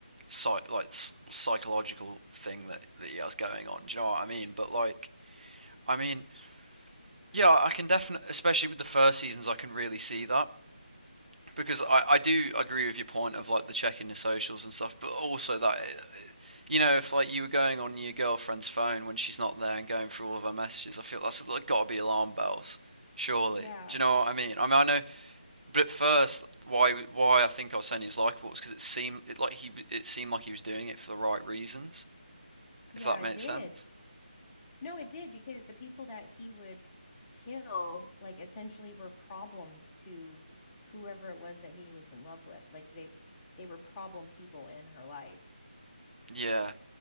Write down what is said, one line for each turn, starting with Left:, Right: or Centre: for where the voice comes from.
Right: psych, like psychological thing that that he has going on. Do you know what I mean? But like, I mean, yeah, I can definitely, especially with the first seasons, I can really see that because I I do agree with your point of like the checking the socials and stuff, but also that you know, if like you were going on your girlfriend's phone when she's not there and going through all of her messages, I feel that's like, got to be alarm bells, surely.
Centre: Yeah.
Right: Do you know what I mean? I mean, I know, but at first, why why I think I was saying he was likable was because it seemed it like he it seemed like he was doing it for the right reasons,
Centre: Yeah,
Right: if that makes
Centre: it did.
Right: sense.
Centre: No, it did because the people that he would kill, like, essentially were problems to whoever it was that he was in love with. Like they they were problem people in her life.
Right: Yeah,